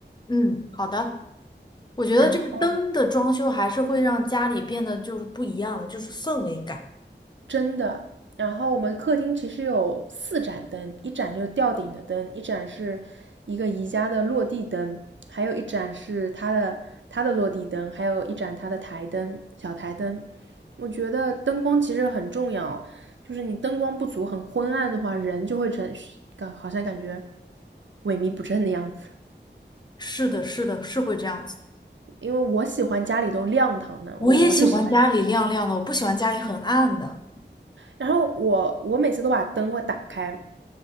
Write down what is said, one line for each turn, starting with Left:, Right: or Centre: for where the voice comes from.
Left: 嗯，好的。我觉得这个灯的装修还是会让家里变得就是不一样的，
Right: 然后，
Left: 就是氛围感。
Right: 真的。然后我们客厅其实有四盏灯，一盏就是吊顶的灯，一盏是一个宜家的落地灯，还有一盏是它的它的落地灯，还有一盏它的台灯，小台灯。我觉得灯光其实很重要，就是你灯光不足、很昏暗的话，人就会成感好像感觉萎靡不振的样子。
Left: 是的，是的，是会这样子。
Right: 因为我喜欢家里都亮堂的，
Left: 我也喜欢家里亮亮的，
Right: 我我就喜欢
Left: 我不喜欢家里很暗的。
Right: 然后我我每次都把灯会打开，